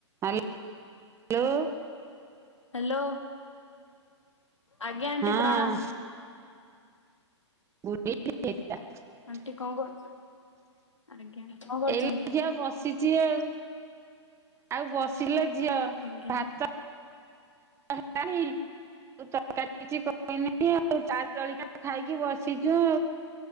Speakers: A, on the right; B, on the left.
A: ହାଲ୍ ଲୋ।
B: ହ୍ୟାଲୋ! ଆଜ୍ଞା ଆଣ୍ଟି
A: ହଁ
B: ପ୍ରଣାମ।
A: <inaudible>
B: ଆଣ୍ଟି କଣ କର ଆଜ୍ଞା, କଁ କରୁଚନ୍ତି?
A: ଏଇଲେ ଝିଅ ବସିଚି ଆଉ। ଆଉ ବସିଲି ଲୋ ଝିଅ।
B: ଆଜ୍ଞା
A: ଭାତ <inaudible> ତରକାରୀ କିଛି କରିନେଇ ଆଉ। ଚା' ଜଳଖିଆ ଖାଇକି ବସି ଚୁ